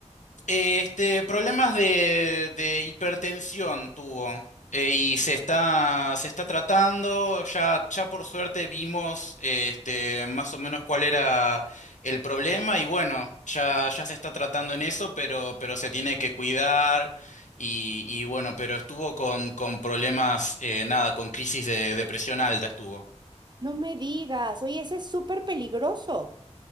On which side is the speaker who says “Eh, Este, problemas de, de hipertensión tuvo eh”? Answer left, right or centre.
Left